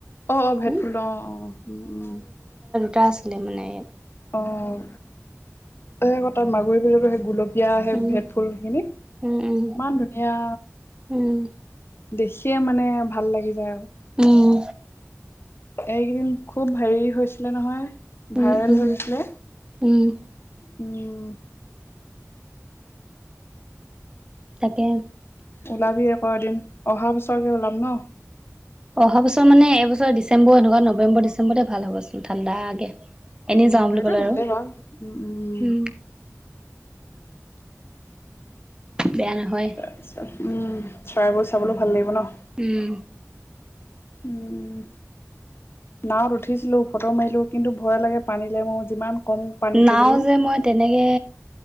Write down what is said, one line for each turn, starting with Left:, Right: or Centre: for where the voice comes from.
Left: অ', অ', ভেট
Right: উম,
Left: ফুল অ', অ' উম, উম।
Right: টা আছিলে মানে।
Left: অ', সেই <unintelligible> মাগুৰি বিলতো সেই গোলপীয়া এতিয়া সেই
Right: উম,
Left: ভেদ ফুলখিনি ইমান
Right: উম, উম,
Left: ধুনীয়া
Right: উম,
Left: দেখিয়ে মানে ভাল লাগি যায় আৰু।
Right: উম।
Left: এইকেইদিন খুব হেৰি হৈছিলে নহয়
Right: উম,
Left: ভাইৰেল
Right: উম,
Left: হৈছিলে।
Right: উম।
Left: উম।
Right: তাকে।
Left: উলাবি আক এদিন অহা বিছৰকে ওলাম ন।
Right: অহা বছৰ মানে এইবছৰ ডিচেম্বৰ এনেকুৱা নৱেম্বৰ ডিচেম্বৰতে ভাল হ'ব চোন ঠাণ্ডাকে। এনেই
Left: উম
Right: যাওঁ বুলি
Left: সেইটো
Right: ক'লে
Left: ভালেই
Right: আৰু।
Left: বাৰু উম উম
Right: বেয়া নহয়।
Left: তাৰ পিছত উম চৰাইবোৰ চাবলৈ ভাল লাগিব ন।
Right: উম।
Left: উম নাৱত উঠিছিলো ফটো মাৰিলো। কিন্তু ভয় লাগে পানীলৈ মোৰ যিমান! কম পানী
Right: নাওঁ
Left: থাকিলেও।
Right: যে মই তেনেকে